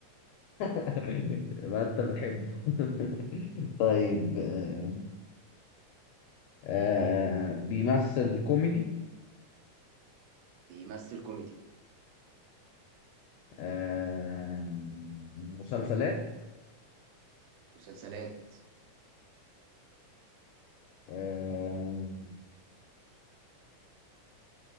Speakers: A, on the left; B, on the right.
A: <laughs> ما انت بتحبه <laughs> طيب آه، آه، بيمثل كوميدي
B: بيمثل كوميدي
A: آه، مسلسلات
B: مسلسلات
A: آه،